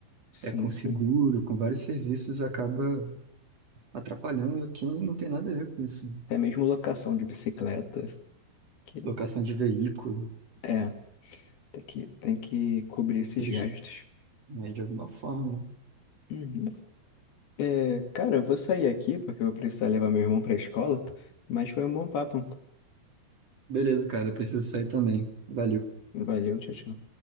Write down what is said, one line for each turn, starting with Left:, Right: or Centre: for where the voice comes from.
Left: sim,
Right: é com seguro,
Left: sim.
Right: com vários serviços, acaba atrapalhando quem não tem nada a ver com isso.
Left: Até mesmo locação de bicicleta, que
Right: Locação de veículo,
Left: é, tem que, tem que cobrir esses
Right: eles,
Left: gastos.
Right: né, de alguma forma. né?
Left: Uhum. É, cara, eu vou sair aqui porque eu vou precisar levar meu irmão para a escola, mas foi um bom papo.
Right: Beleza, cara, eu preciso sair também. Valeu.
Left: Valeu, tchau, tchau.